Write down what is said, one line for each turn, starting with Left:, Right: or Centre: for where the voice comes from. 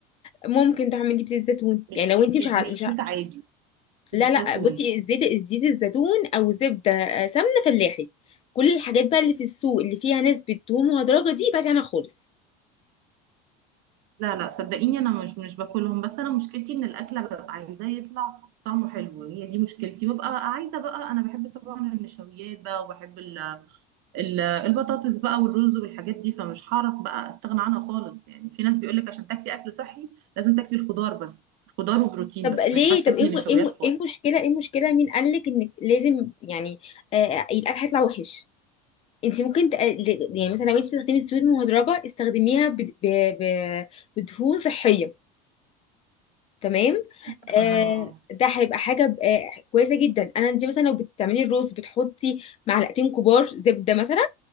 Left: ممكن تعملي بزيت زيتون
Right: م-
Left: يعني لو انت
Right: مش
Left: مش ع...
Right: مش
Left: مش ع...
Right: زيت عادي زيت
Left: لا لا
Right: زيتون
Left: بصي زيت زيت الزيتون او زبده آه، سمنه فلاحي كل الحاجات بقى اللي في السوق اللي فيها نسبه دهون مهدرجه دي بعدي عنها خالص
Right: لا لا صدقيني انا مش مش باكلهم بس انا مشكلتي ان الاكله ببقى عايزاه يطلع طعمه حلو هي دي مشكلتي وببقى عايزه بقى انا بحب طبعا النشويات بقى وبحب ال ال- البطاطس بقى والرز والحاجات دي فمش هعرف بقى استغنى عنها خالص يعني في ناس بيقولك عشان تاكلي اكل صحي لازم تاكلي الخضار بس خضار وبروتين
Left: طب
Right: بس
Left: ليه
Right: ما ينفعش تاكلي
Left: طب ايه م-
Right: نشويات
Left: ايه م-
Right: خالص
Left: ايه المشكله ايه المشكله مين قالك انك لازم يعني آه القلق هيطلع وحش انت ممكن تق- ل- يعني مثلا لو انت بتستخدمي الزيوت المهدرجه استخدميها ب... ب... ب... بدهون صحيه تمام
Right: اه
Left: آه ده هيبقى حاجه ب- آه كويسه جدا انا انت مثلا لو بتعملي الرز بتحطي معلقتين كبار زبده مثلا